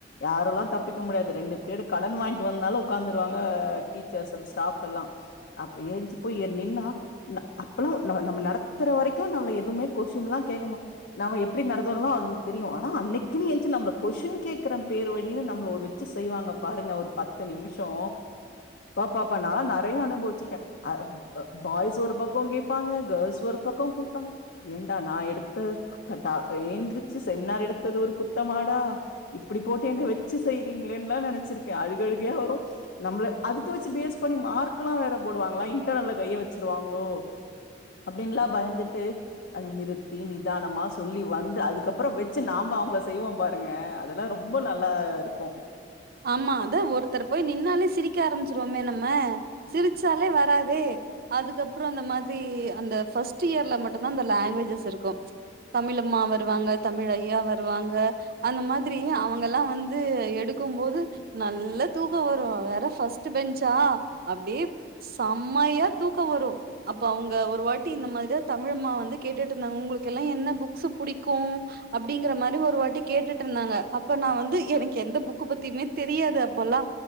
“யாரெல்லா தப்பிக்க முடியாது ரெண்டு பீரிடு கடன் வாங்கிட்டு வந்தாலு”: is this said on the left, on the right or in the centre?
Left